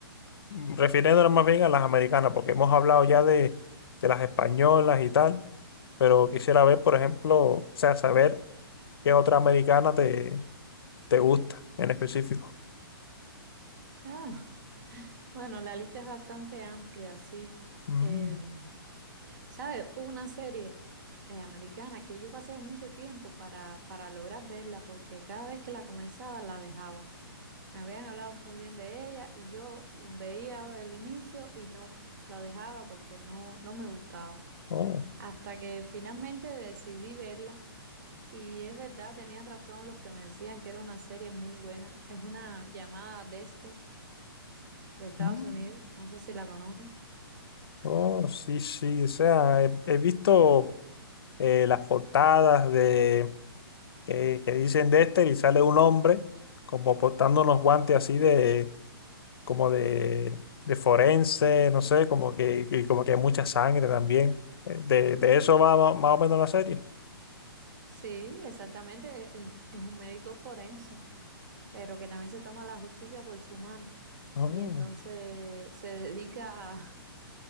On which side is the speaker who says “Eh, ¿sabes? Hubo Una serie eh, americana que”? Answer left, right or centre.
Right